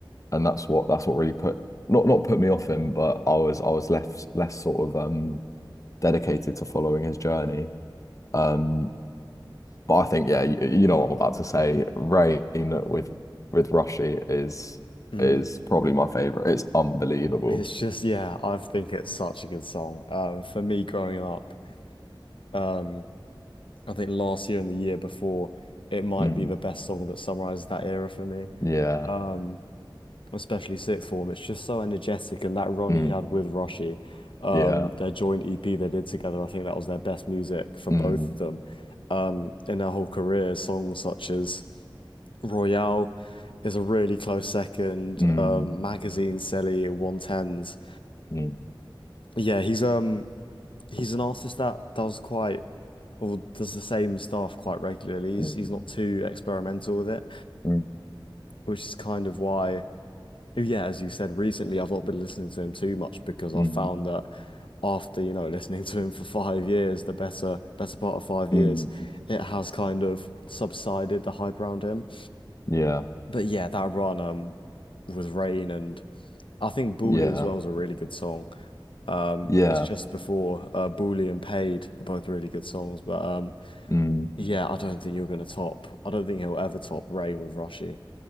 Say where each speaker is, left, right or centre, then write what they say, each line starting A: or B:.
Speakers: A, on the left (about 40°); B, on the left (about 80°).
A: and that's what that's what really put not not put me off him, but I was I was left less sort of um dedicated to following his journey. Um, but I think, yeah, you, you know what I'm about to say. Rain with with Roshi is
B: hmm.
A: is probably my favorite. It's unbelievable.
B: It's just yeah, I think it's such a good song. Um, for me growing up, um, I think last year and the year before, it might
A: Mm,
B: be the best song that summarizes that era for me.
A: yeah.
B: Um, especially sixth form, it's just so energetic, and that run
A: Mm,
B: he had with Roshi, um,
A: yeah.
B: their joint EP they did together, I think that was their best music for
A: Mm,
B: both of them. Um, in their whole career, songs such as Royale is a really close second.
A: mm,
B: Um, Magazine, Selly, 110s.
A: mm,
B: Yeah, he's um he's an artist that does quite or does the same stuff quite regularly. He's
A: mm,
B: he's not too experimental with it,
A: mm,
B: which is kind of why, oh yeah, as you said, recently I've not been listening to him too much because I
A: mm,
B: found that after, you know, <laughs> listening to him for five years, the better better part of five
A: mm.
B: years, it has kind of subsided the hype around him.
A: Yeah,
B: But yeah, that run um with Rain and I think Bully
A: yeah,
B: as well is a really good song. Um,
A: yeah.
B: it's just before uh, Bully and Paid are both really good songs, but um,
A: mm.
B: Yeah, I don't think you're going to top. I don't think he'll ever top Rain with Rushy.